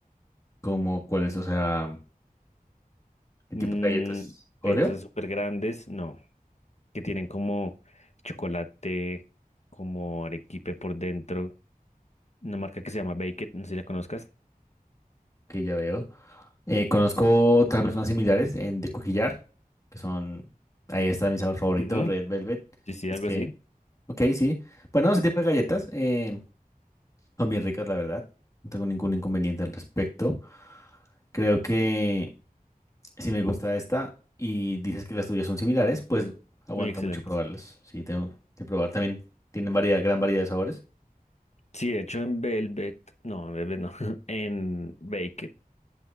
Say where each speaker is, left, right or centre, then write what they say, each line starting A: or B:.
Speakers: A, on the left (about 20°); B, on the left (about 50°).
A: Como cuáles, o sea. el
B: Mm,
A: tipo de galletas? Oreo,
B: galletas súper grandes, no. que tienen como chocolate, como arequipe por dentro. Una marca que se llama Baked, no sé si la conozcas.
A: que ya veo. Eh, conozco tal vez unas similares en de coquillar, que son, ahí está mi sabor favorito,
B: Ujú.
A: Red Velvet.
B: Sí, sí,
A: Es
B: algo
A: que,
B: así.
A: ok, sí. Bueno, ese tipo de galletas eh, son bien ricas, la verdad. No tengo ningún inconveniente al respecto. Creo que si me gusta esta y dices que las tuyas son similares, pues aguanta
B: Muy excelente.
A: mucho probarlas. Sí, tengo que probar. También tienen variedad, gran variedad de sabores.
B: Sí, de hecho en Velvet, no, en Velvet no, <laughs> en Baked